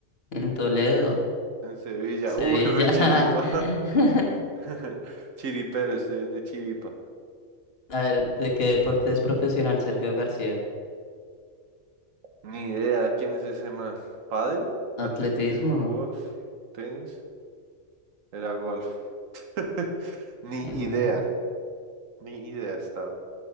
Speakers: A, on the left; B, on the right.
A: En Toledo,
B: en Sevilla.
A: Sevilla.
B: <laughs> Uy, re chiripa.
A: <laughs>
B: <laughs> Chiripero, estoy de chiripa.
A: A ver, ¿de qué deporte es profesional Sergio García?
B: Ni idea quién es ese man. ¿Pádel?
A: Atletismo.
B: ¿Atletismo? ¿Golf? ¿Tenis? Era golf. <laughs> Ni
A: Mi
B: idea.
A: madre.
B: Ni idea estaba.